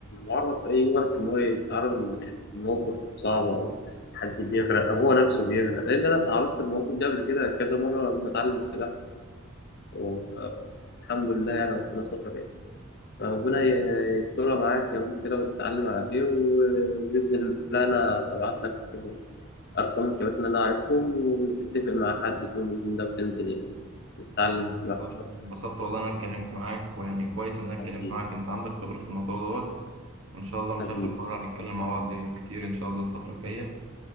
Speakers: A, on the left (about 50°); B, on the right (about 65°).
A: معرض في أي وقت إن هو يتعرض لموقف صعب أو حد بيغرق أو هو نفسه بيغرق لأن أنا اتعرضت للموقف ده قبل كده كذا مرة قبل ما أتعلم السباحة والحمد لله يعني ربنا ستر يعني فربنا ي- يسترها معاك يا رب كده وتتعلم على خير وبإذن الله أنا ببعت لك أرقام الكباتن اللي أنا عارفهم وتتفق مع حد فيهم بإذن الله وتنزل يعني وتتعلم السباحة
B: انبسطت
A: إن شاء الله
B: والله إن انا اتكلمت معاك ويعني كويس ان انا اتكلمت
A: حبيبي
B: معاك انت عندك خبره في الموضوع دوت وان شاء الله مش
A: حبيبي
B: اخر مره هنتكلم مع بعض كتير ان شاء الله الفتره الجايه